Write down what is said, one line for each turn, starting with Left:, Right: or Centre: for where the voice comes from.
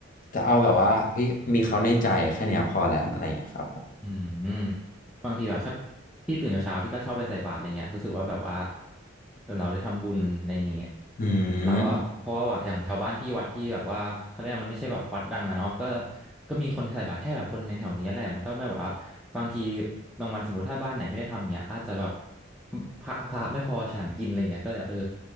Left: จะเอาแบบว่าเฮ้ยมีเขาในใจแค่เนี้ยพอแหละอะไรอย่างเงี้ยครับผม
Centre: อืมอืมบางทีแบบถ้าพี่ตื่นเช้าๆพี่ก็ชอบไปใส่บาตรอะไรเงี้ยรู้สึกว่าแบบว่า เอเราได้ทำบุญอะไรอย่างเงี้ย
Left: อื
Centre: เราก็แบบเพราะว่าอย่างแถวบ้านพี่วัดพี่แบบว่าเขาเรียกว่ามันไม่ใช่แบบวัดดังอะเนาะก็
Left: ม
Centre: ก็มีคนใส่บาตรแค่แบบคนในแถวเนี้ยแหละมันก็ไม่แบบว่าบางทีบางวันสมมติถ้าบ้านไหนไม่ได้ทำเงี้ยอาจจะแบบพระพระไม่พอฉันกินอะไรเงี้ยก็เลยเออ